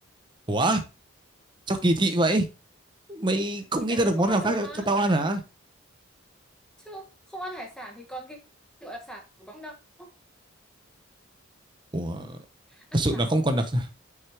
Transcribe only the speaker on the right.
ủa sao kỳ thị vậy mày không
nghĩ
ra
được
món
nào
khác cho,
cho tao ăn hả
ủa
thật sự
là
không còn đặc <laughs>